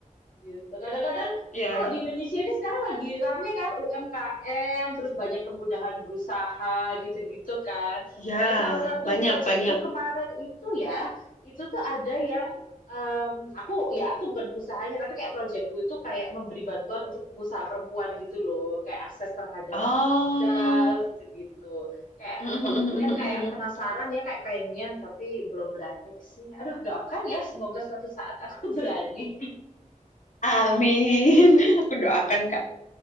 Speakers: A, on the left; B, on the left.
A: gitu. Kadang-kadang kan
B: Iya.
A: kalau di Indonesia ini sekarang lagi rame kan UMKM, terus banyak kemudahan berusaha gitu-gitu kan.
B: Ya,
A: Kayak salah satu
B: banyak,
A: proyekku
B: banyak.
A: kemarin itu ya, itu tuh ada yang em, aku ya aku bukan usahanya tapi kayak proyekku itu kayak memberi bantuan untuk pengusaha perempuan gitu loh, kayak akses terhadap
B: Oh.
A: modal gitu-gitu. Kayak
B: <laughs>
A: waktu melihat kayak penasaran ya, kayak pengen tapi belum berani sih. Aduh, doakan ya semoga suatu saat aku <laughs> berani.
B: Amin. <laughs> Aku doakan, Kak.